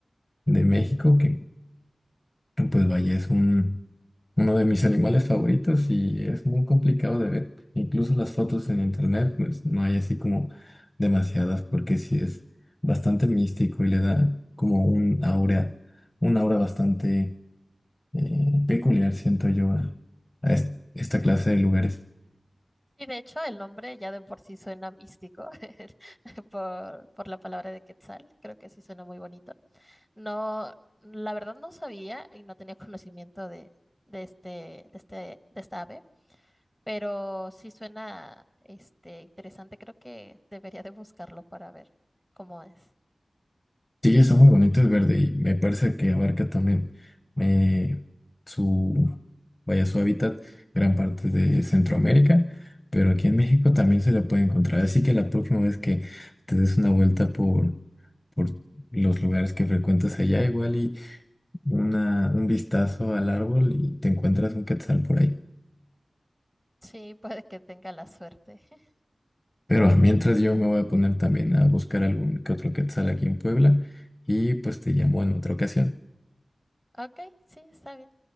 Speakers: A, on the left; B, in the centre.
A: de México, que pues vaya, es un, uno de mis animales favoritos y es muy complicado de ver. Incluso las fotos en internet, pues no hay así como demasiadas porque sí es bastante místico y le da como un aura, un aura bastante eh, peculiar, siento yo, a, a es- esta clase de lugares.
B: Y de hecho, el nombre ya de por sí suena místico <laughs> por, por la palabra de Quetzal. Creo que sí suena muy bonito. No, la verdad no sabía y no tenía conocimiento de, de este, de este, de esta ave Pero sí suena este interesante, creo que debería de buscarlo para ver cómo es.
A: Sí, está muy bonito, es verde y me parece que abarca también eh, su, vaya, su hábitat gran parte de Centroamérica, pero aquí en México también se le puede encontrar. Así que la próxima vez que te des una vuelta por, por los lugares que frecuentas allá, igual y una, un vistazo al árbol y te encuentras un quetzal por ahí.
B: Sí, puede que tenga la suerte. <laughs>
A: Pero mientras yo me voy a poner también a buscar algún que otro quetzal aquí en Puebla y pues te llamo en otra ocasión.
B: Ok, sí, está bien.